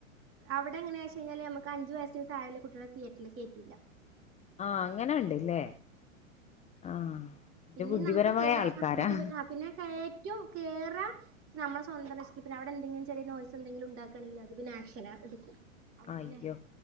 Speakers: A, on the right; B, on the left.
A: അവിടെ എങ്ങനെയാച്ചഴിഞ്ഞാല് ഞമക്ക് അഞ്ചു വയസ്സിന് താഴെ ഇള്ള കുട്ടികളെ തിയേറ്ററില് കേറ്റൂല്ല
B: ആഹ് അങ്ങനെണ്ട്ല്ലേ ആഹ്
A: പിന്നെയും
B: ഇത് ബുദ്ധിപരമായ
A: നമുക്ക് കേറാ
B: ആൾക്കാരാ
A: ബുദ്ധിപരാ പിന്നെ കയറ്റും കേറാ നമ്മളെ സ്വന്തം റിസ്ക് പിന്നെ അവിടെ എന്തെങ്കിലും ചെറിയ നോയിസ് എന്തെങ്കിലും ഉണ്ടാക്കാണെങ്കില് അത് പിന്നെ ആക്ഷനാ എടുക്കും. അപ്പൊ
B: അയ്യോ
A: പിന്നെ